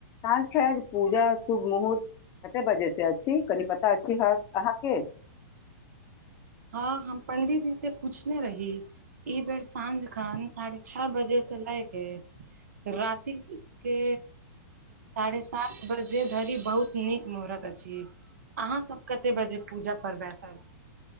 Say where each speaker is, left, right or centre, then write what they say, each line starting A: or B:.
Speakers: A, on the left (about 30°); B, on the right (about 60°).
A: साँझ खन पूजा शुभ मुहूर्त कत्ते बजेसँ अ कनि पता छी। अहाँके
B: हँ हम पंडीजी से पूछने रही ई बेर साँंझ खन साढ़े छह बजे से लय के राति के साढ़े सात बजे धरि बहुत नीक मुहूर्त अछि अहाँ सभ कते बजे पूजा परबा सभ